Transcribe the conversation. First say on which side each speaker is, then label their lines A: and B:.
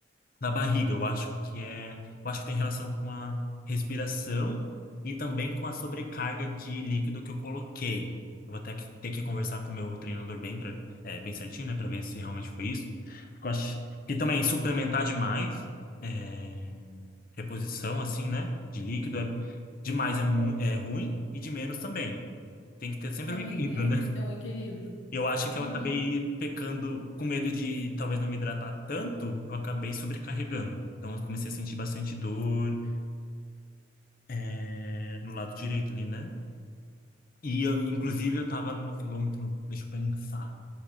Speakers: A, on the left (about 45°); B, on the left (about 85°).
A: na barriga. Eu acho que é, eu acho que tem relação com a respiração e também com a sobrecarga de líquido que eu coloquei. Eu vou até que- ter que conversar com o meu treinador bem para bem certinho, né, para ver se realmente foi isso. Porque eu acho que também suplementar demais, é, reposição assim, né, de líquido é demais é, mu- é ruim e de menos também. Tem que ter sempre
B: Também,
A: um equilíbrio,
B: né? Tem
A: né?
B: que ter um equilíbrio.
A: E eu acho
B: Uhum.
A: que eu acabei pecando com medo de talvez não me hidratar tanto, eu acabei sobrecarregando. Então eu comecei a sentir bastante dor é, no lado direito ali, né? E eu, inclusive eu tava no quilômetro, deixa eu pensar,